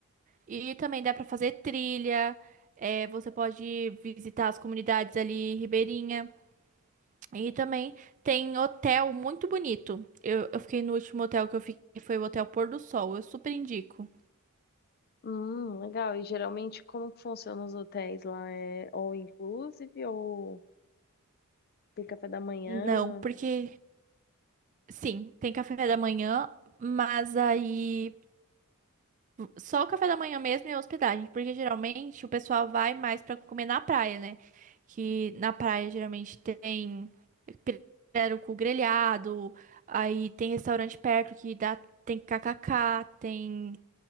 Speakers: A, on the right (about 35°); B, on the left (about 45°).
A: E também dá pra fazer trilha, é, você pode visitar as comunidades ali ribeirinha. E também tem hotel muito bonito. Eu, eu fiquei no último hotel que eu fiquei, foi o Hotel Pôr do Sol. Eu super indico.
B: Hum, legal. E geralmente, como que funcionam os hotéis lá? É all inclusive ou tem café da manhã?
A: Não, porque sim, tem café da manhã, mas aí só o café da manhã mesmo e a hospedagem, porque geralmente o pessoal vai mais pra comer na praia, né? Que na praia geralmente tem pirarucu grelhado, aí tem restaurante perto que dá tem kkk, tem